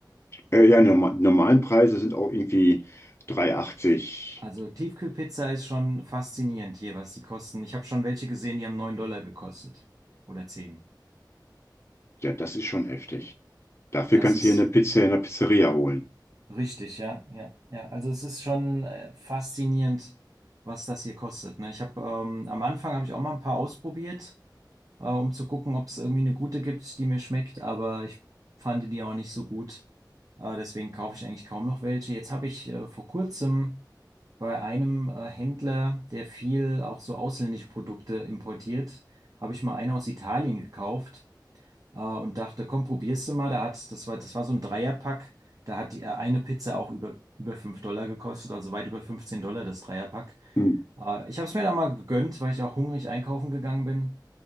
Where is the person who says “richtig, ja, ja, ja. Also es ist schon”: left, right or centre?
Right